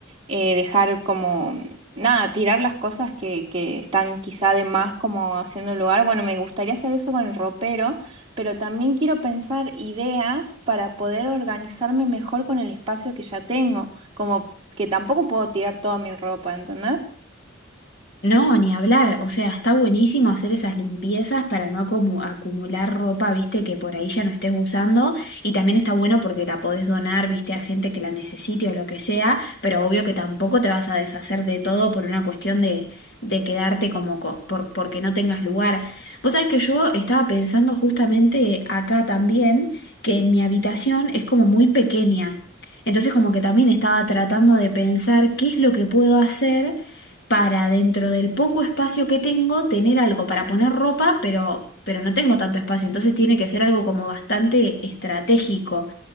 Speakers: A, on the right (about 25°); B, on the left (about 55°).
A: eh, dejar como nada, tirar las cosas que, que están quizá de más como haciendo el lugar. Bueno, me gustaría hacer eso con el ropero, pero también quiero pensar ideas para poder organizarme mejor con el espacio que ya tengo, como que tampoco puedo tirar toda mi ropa, ¿entendés?
B: No, ni hablar. O sea, está buenísimo hacer esas limpiezas para no acumu- acumular ropa, viste, que por ahí ya no estés usando. Y también está bueno porque la podés donar, viste, a gente que la necesite o lo que sea. Pero obvio que tampoco te vas a deshacer de todo por una cuestión de, de quedarte como co- por, porque no tengas lugar. Vos sabés que yo estaba pensando justamente acá también que en mi habitación es como muy pequeña. Entonces como que también estaba tratando de pensar qué es lo que puedo hacer para dentro del poco espacio que tengo tener algo para poner ropa, pero, pero no tengo tanto espacio, entonces tiene que ser algo como bastante estratégico.